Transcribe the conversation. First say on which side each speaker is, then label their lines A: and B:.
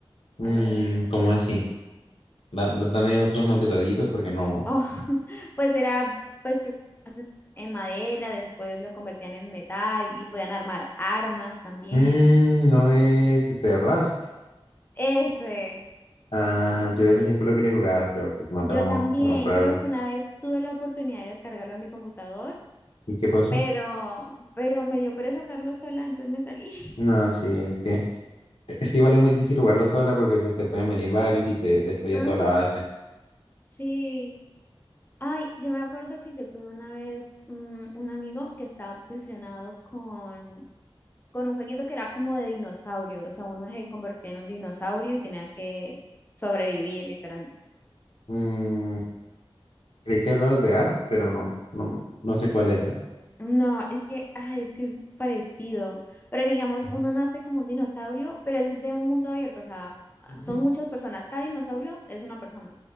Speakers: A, on the left; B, on the left.
A: Mm,
B: Eh,
A: ¿cómo así? Da- da- dame otros más detallitos porque no.
B: Oh, <laughs> pues era pues hace- en madera, después lo convertían en metal y podían armar armas también.
A: Mm, no es este Rust.
B: Ese,
A: Ah, yo ese siempre lo quería jugar, pero pues no
B: yo
A: tengo
B: también
A: voy a comprarlo.
B: creo que una vez tuve la oportunidad de descargarlo en mi computador,
A: ¿Y qué pasó?
B: pero pero me dio pereza jugarlo sola, entonces me salí.
A: No, sí, es que Es que igual es muy difícil jugarlo sola porque pues te pueden venir varios y te destruyen
B: <laughs> Ujú,
A: toda la base.
B: sí. Ay, yo me acuerdo que yo tuve una vez mm, un amigo que estaba obsesionado con con un jueguito que era como de dinosaurio, o sea, uno se convertía en un dinosaurio y tenía que sobrevivir literalmente.
A: Mm, creí que hablabas de ARP, pero no, no, no sé cuál es, ¿eh?
B: No, es que, ay, es que es parecido, pero digamos,
A: Ujú.
B: uno nace como un dinosaurio, pero es de un mundo abierto, o sea,
A: Ujú.
B: son muchas personas, cada dinosaurio es una persona.